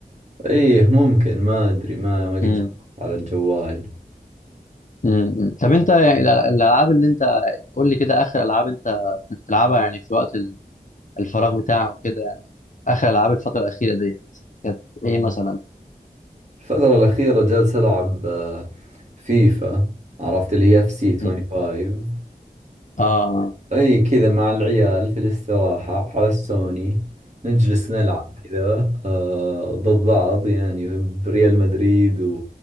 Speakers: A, on the right (about 45°); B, on the left (about 55°).
A: إيه ممكن ما أدري ما ما قد
B: امم
A: جربت على الجوال
B: امم طب انت يعني الأل- الالعاب اللي انت قول لي كده اخر العاب انت كنت بتلعبها يعني في وقت ال- الفراغ بتاعك وكده يعني اخر العاب الفترة الأخيرة ديت كانت ايه مثلا
A: الفترة الأخيرة جالس ألعب آه، فيفا عرفت اللي هي اف سي 25
B: امم اه
A: اي كذا مع العيال في الاستراحة على السوني نجلس نلعب كذا آه ضد بعض يعني بريال مدريد